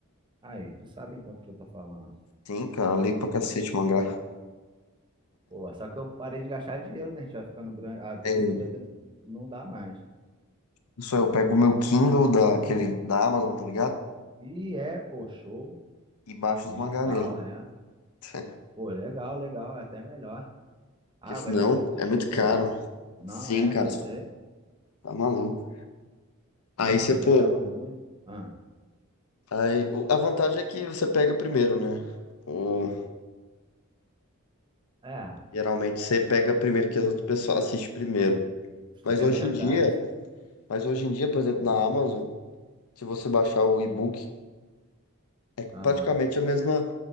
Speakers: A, on the right (about 20°); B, on the left (about 80°).
A: Aí, tu sabe então o que eu tô falando.
B: Sim, cara, eu leio pra cacete mangá.
A: Pô, só que eu parei de gastar dinheiro, né? A gente vai ficando grande, adulto,
B: É, Eu,
A: vai tendo que. Não dá mais.
B: isso aí, eu pego o meu Kindle da, aquele, da Amazon, tá ligado?
A: E é, pô, show.
B: E baixo
A: Digital,
B: os mangá nele.
A: é.
B: <laughs>
A: Pô, legal, legal, é até melhor.
B: Porque
A: Ah,
B: senão
A: eu gastava muito
B: é
A: dinheiro,
B: muito caro.
A: mano. Não,
B: Sim,
A: é,
B: cara,
A: eu sei.
B: tá maluco. Aí
A: Não, mano,
B: você,
A: eu
B: pô.
A: gastava muito. Ah,
B: Aí, o- a vantagem é que você pega primeiro, né? O,
A: é,
B: geralmente você pega primeiro que as outras pessoas assistem primeiro.
A: <laughs>
B: Mas
A: é
B: hoje
A: verdade.
B: em dia. Mas hoje em dia, por exemplo, na Amazon, se você baixar o e-book, é praticamente
A: Aham.
B: a mesma,